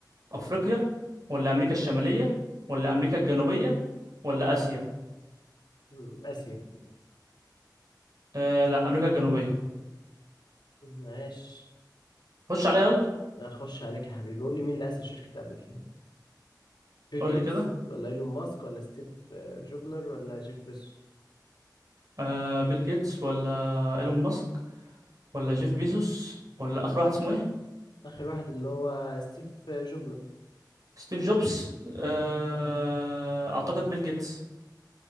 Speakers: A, on the right (about 50°); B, on the left (about 85°).
A: افريقيا ولا امريكا الشمالية ولا امريكا الجنوبية ولا اسيا
B: مم، آسيا
A: آه لا امريكا الجنوبية
B: ماشي
A: خش عليها يلا
B: أخش عليك يا حبيبي قول لي مين اللي أسس شركة أبل بيل
A: قول
B: جيتس
A: لي كده
B: ولا إيلون ماسك ولا ستيف آه، جوبنر ولا جيف بيزوس
A: آه بيل جيتس ولا ايلون ماسك ولا جيف بيزوس ولا اخر واحد اسمه ايه
B: آخر واحد اللي هو ستيف آه، جوبنر
A: ستيف جوبز آه اعتقد بيل جيتس